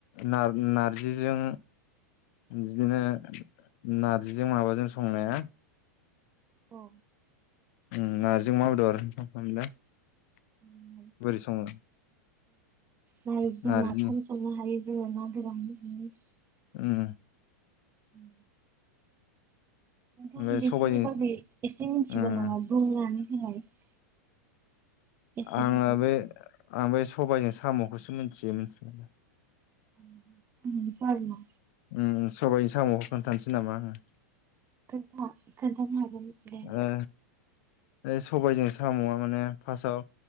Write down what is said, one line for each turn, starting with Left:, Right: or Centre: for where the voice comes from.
Left: नाय नार्जिजों बिदिनो नारजिजों माबाजों संनाया
Right: औ
Left: ओं नार्जिजों अमा बेदर <unintelligible>
Right: <unintelligible>
Left: बोरै सङो
Right: नारजिजों
Left: नार्जिनि
Right: नाफाम संनो हायो जोङो ना गोरान <unintelligible>
Left: ओम
Right: <inaudible>
Left: ओमफ्राय
Right: नोंथां बेफोरनि
Left: सबाइजों
Right: बागै एसे मिथिगौ
Left: उम
Right: नामा बुंनानै <unintelligible> एसेबाबो
Left: आङो बे आं बे सबायाइजों साम'खौसो मिथियो मिथिनायालाय
Right: <unintelligible> आरोना
Left: ओं सबाइनि साम'खो खोनथानोसै नामा आङो
Right: खोन्था खोन्थानो हागोन दे
Left: ओ ओ सबायजों साम'आ माने फार्स्टआव